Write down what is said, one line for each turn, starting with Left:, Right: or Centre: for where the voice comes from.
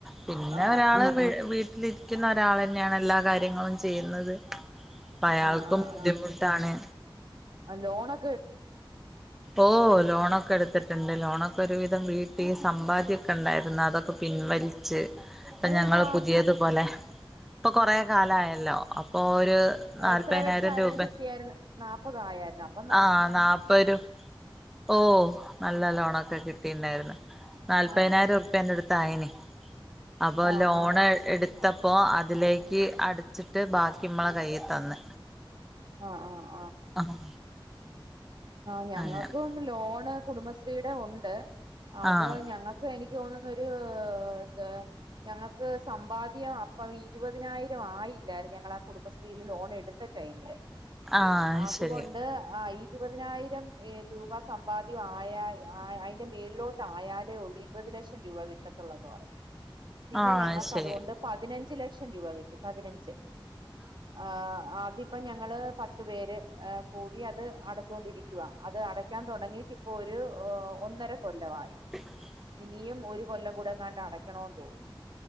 Centre: പിന്നെ
Right: ആ ആ
Centre: ഒരാള് വീട്ടില് ക്കുന്ന ഒരാളന്നെയാണ് എല്ലാ കാര്യങ്ങളും ചെയ്യുന്നത് പ്പയാൾക്കും
Right: ആ ആ
Centre: ബുദ്ധിമുട്ടാണ്
Right: ആ ആ ലോണ്
Centre: ഓ ലോണൊക്കെ എടുത്തിട്ടിണ്ട് ലോണ് ക്കൊരുവിധം വീട്ടി സമ്പാദ്യൊക്കെ ഒണ്ടായിരുന്നു അതൊക്കെ പിൻവലിച്ച് ഇപ്പൊ
Right: അതെന്താ
Centre: ഞങ്ങള് പുതിയതു പോലെ ഇപ്പൊ കൊറ കാലയല്ലോ അപ്പൊ ഒരു നാല്പതിനായിരം
Right: എത്ര വെച്ചായിരുന്നു
Centre: രൂപ
Right: കിട്ടിയാര്ന്ന് നാപ്പതായരുന്നു അപ്പം
Centre: ആഹ് നാപ്പൊരു ഓ നല്ല ലോണൊക്കെ കിട്ടിണ്ടായിരുന്നു. നാൽപ്പനായിരം
Right: ആ ആ
Centre: റുപ്യന്റെ അടുത്തായിന് അപ്പൊ
Right: ആ ആ
Centre: ലോൺ
Right: ആ
Centre: എടുത്ത അപ്പോ അതിലേക്ക് അടച്ചിട്ട് ബാക്കിമ്മളെ കൈയി തന്ന്
Right: ആഹ് ആ
Centre: ആഹ്
Right: ആഹ് ഞങ്ങക്കും
Centre: അങ്ങനെ
Right: ലോണ് കുടുംബശ്രീടെ ഒണ്ട് അത്
Centre: ആഹ്
Right: ഞങ്ങക്ക് എനി നിക്ക് തോന്നുന്നൊരു ഇഹ് ഞങ്ങക്ക് സമ്പാദ്യം അപ്പം ഇരുപതിനായിരം ആയില്ലായിരുന്നു ഞങ്ങള ആ കുടുംബശ്രീയില് ലോൺ എടുത്ത ടൈമില്
Centre: ആഹ്
Right: ആ അതുകൊണ്ട്
Centre: ശരി
Right: ആഹ് ഇ ഇരുപതിനായിരം ഏഹ് രൂപ സമ്പാദ്യം ആയാൽ അയിന്റെ മേളിലോട്ട് ആയാലേ ഒള്ളൂ ഇരുപത് ലക്ഷം രൂപ കിട്ടത്തോള്ളന്ന് പറഞ്ഞു പിന്നെ
Centre: ആഹ്
Right: ഞങ്ങക്കതുകൊണ്ട്
Centre: ശരി
Right: പതിനഞ്ച് ഞ്ച് ലക്ഷം രൂപ കിട്ടി പതിനഞ്ച് ആഹ് ആദ്യം അപ്പ ഞങ്ങള് പത്ത് പേര് ഏഹ് കൂടി അത് അടച്ച് ച്ചോണ്ടിരിക്കുവാ അത് അടക്കാൻ തൊടങ്ങിയിട്ട് ഇപ്പോ ഒരു ഏഹ് ഒന്നര കൊല്ലവായി
Centre: <inaudible>
Right: ഇനിയും ഒരു കൊല്ലം കൂടെ എങ്ങാണ്ട് അടക്കണോന്ന് തോന്നുന്നു